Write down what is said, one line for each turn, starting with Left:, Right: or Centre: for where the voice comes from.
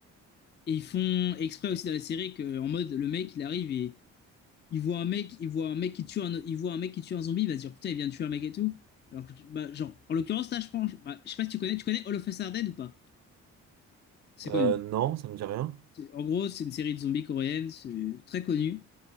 Left: Et ils font exprès aussi dans la série que, en mode, le mec, il arrive et il voit un mec, il voit un mec qui tue un, il voit un mec qui tue un zombie, il va se dire putain, il vient de tuer un mec et tout. Alors, bah, genre, en l'occurrence, là, je pense, bah, je sais pas si tu connais, tu connais All of Us Are Dead ou pas C'est
Right: Euh,
Left: connu.
Right: non, ça me dit rien.
Left: C'est- En gros, c'est une série de zombies coréenne, c'est très connu.